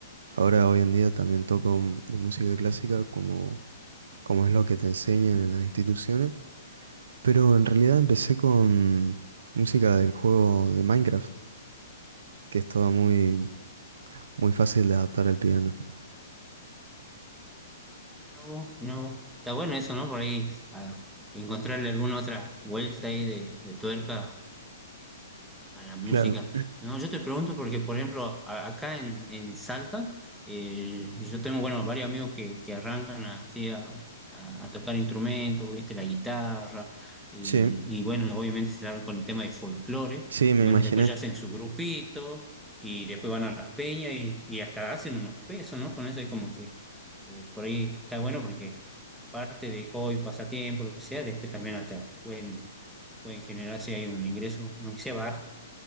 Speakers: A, on the right (about 80°); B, in the centre.
A: Ahora, hoy en día también toco un- de música clásica como, como es lo que te enseñan en las instituciones, pero en realidad empecé con música del juego de Minecraft, que es toda muy, muy fácil de adaptar al piano.
B: No, no, está bueno eso, ¿no? Por ahí, a encontrarle alguna otra vuelta ahí de, de tuerca A la música.
A: Claro,
B: No, yo te pregunto porque, por ejemplo, a- acá en, en Salta, eh, yo tengo, bueno, varios amigos que, que arrancan así a, a- a tocar instrumentos, ¿viste? La guitarra, y,
A: sí,
B: y bueno, obviamente se largan con el tema de folclore,
A: sí, me
B: y bueno,
A: imaginé.
B: después ya hacen su grupito, y después van a las peñas, y, y hasta hacen unos pesos, ¿no? Con eso es como que eh, por ahí está bueno porque parte de hobby, pasatiempo, lo que sea, después también hasta pueden, pueden generar si hay un ingreso, aunque sea bajo